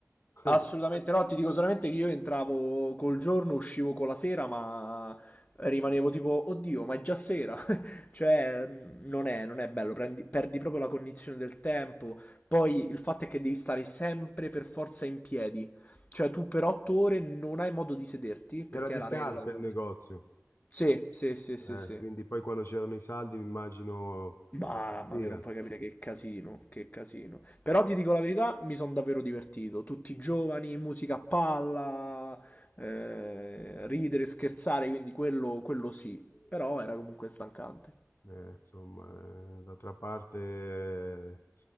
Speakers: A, on the left (about 50°); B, on the left (about 30°).
A: <laughs>
B: Assolutamente no, ti dico solamente che io entravo col giorno, uscivo con la sera, ma rimanevo tipo, oddio, ma è già sera. <laughs> Cioè, non è, non è bello, prendi- perdi proprio la cognizione del tempo. Poi il fatto è che devi stare sempre per forza in piedi. Cioè, tu per otto ore non hai modo di sederti, perché
A: Era di
B: è la
A: scarpe
B: regola del...
A: il negozio.
B: Sì, sì, sì, sì,
A: Eh,
B: sì.
A: quindi poi quando c'erano i saldi mi immagino
B: Mamma
A: la pazzia,
B: mia, non puoi capire che casino, che casino. Però ti dico la verità, mi sono davvero divertito. Tutti giovani, musica a palla, eh, ridere, scherzare, quindi quello, quello sì. Però era comunque stancante.
A: Eh, insomma, eh, d'altra parte eh,